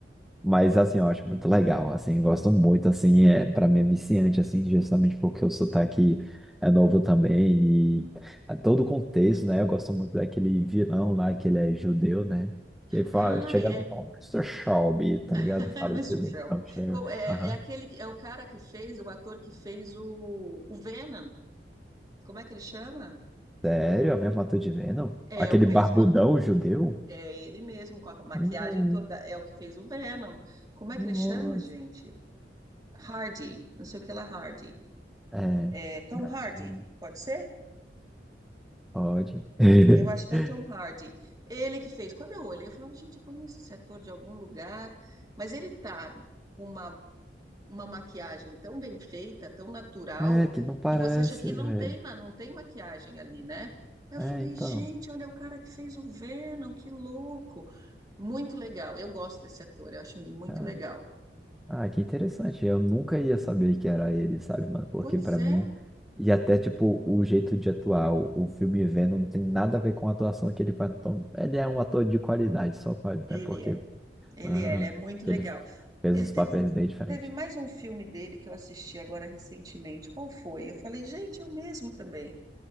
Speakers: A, in the centre; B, on the right (about 20°).
A: Mas assim, eu acho muito legal, assim, gosto muito, assim, é, para mim é viciante, assim, justamente porque o sotaque é novo também e a todo o contexto, né? Eu gosto muito daquele vilão lá, que ele é judeu, né? Que fala,
B: Ah,
A: chega
B: é.
A: e fala, Mister Shelby, tá
B: <laughs>
A: ligado? Fala,
B: Mr.
A: entendeu?
B: Shelby.
A: Então, chega,
B: Co- É,
A: aham.
B: é aquele que é o cara que fez, o ator que fez o, o Venom. Como é que ele chama?
A: Sério? A mesma ator de Venom?
B: É
A: Aquele
B: o mesmo
A: barbudão
B: ator.
A: judeu?
B: É ele mesmo, com a maquiagem
A: Não,
B: toda. É o que fez o Venom. Como é
A: nossa.
B: que ele chama, gente? Hardy. Não sei o que lá, Hardy.
A: É,
B: É Tom
A: acho
B: Hardy.
A: que
B: Pode ser?
A: pode. <laughs>
B: Eu acho que é Tom Hardy. Ele que fez. Quando eu olhei, eu falava, gente, eu conheço esse ator de algum lugar, mas ele tá com uma, uma maquiagem tão bem feita, tão natural,
A: É, que não parece,
B: que você acha que
A: velho.
B: não tem, na- não tem maquiagem ali, né? Aí
A: É,
B: eu falei,
A: então.
B: gente, olha o cara que fez o Venom, que louco. Muito legal. Eu gosto desse ator, eu acho ele muito
A: Ah,
B: legal.
A: ah, que interessante. Eu nunca ia saber que era ele, sabe, mano? Porque
B: Pois
A: pra
B: é,
A: mim, e até tipo, o jeito de atuar, o, o filme Venom não tem nada a ver com a atuação que ele faz. Então, ele é um ator de qualidade, só pode, até
B: ele
A: porque
B: é. Ele
A: aham,
B: é, ele é muito
A: que
B: legal.
A: ele fez
B: Ele
A: uns
B: teve,
A: papéis
B: um-
A: bem diferentes.
B: teve mais um filme dele que eu assisti agora recentemente. Qual foi? Eu falei, gente, é o mesmo também.